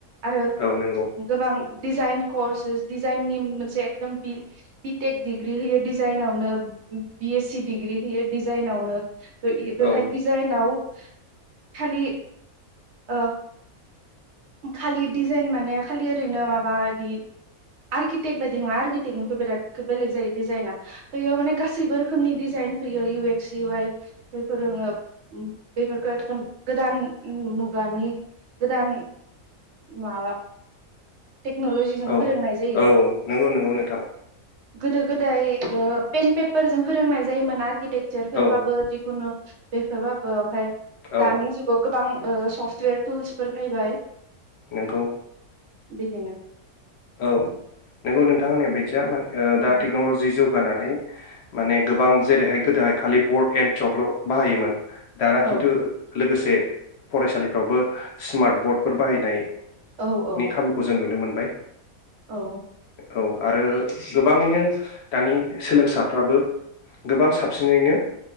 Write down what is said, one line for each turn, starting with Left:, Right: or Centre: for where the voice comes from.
Right: आरो
Left: औ नंगौ
Right: गोबां डिजाइन कर्सेस डिजाइननि मोनसे एकदम बिटेक डिग्रि होयो डिजाइनावनो बिएस सि डिग्रि होयो डिजाइनावनो बेवहाय
Left: औ
Right: डिजाइनाव <inaudible> खालि ओ खालि डिजाइन माने खालि ओरैनो माबा बिदि आर्किटेक्ट बायदि नङा आर्किटेक्टनिखौ बिराद बेलेग जायो डिजाइना थ बेयाव माने गासैबो रोखोमनि डिजाइन फैयो इउ एक्स इउवाइ बेफोरोङो बेफोरखौ एखदम गोदान मुगानि गोदान माबा टेक्न'लजिजों
Left: औ
Right: फोरोंनाय जायो
Left: औ नंगौ नंगौ नोंथां
Right: गोदो गोदाय पेन पेपार जों फोरोंनाय जायोमोन आरकिटेक जोरफोर
Left: औ
Right: बाबो जिखुनु। बेफोरबाबो ओमफाय।
Left: औ
Right: दानि जुगाव गो बां सफ्टवेर टुल्सफोर फैबाय।
Left: नोंगौ।
Right: बिदिनो।
Left: औ नोंगौ नोंथां होननाय बायदिया। दा
Right: औ
Left: टेक्न'लजि जौ। नानै गोबां जेरैहाय गोदोहाय खालि बर्ड एन चकल' बाहायोमोन। दाना
Right: औ
Left: खिन्थु। लोगोसे फरायसालिफ्रावबो स्मार्ट बर्डफोर बाहायनाय।
Right: औ औ
Left: नि खाबुखौ जों नुनो मोन बाय।
Right: औ।
Left: औ आरो गोबाङैनो दानि सोलोंसाफ्राबो गोबां साबसिनैनो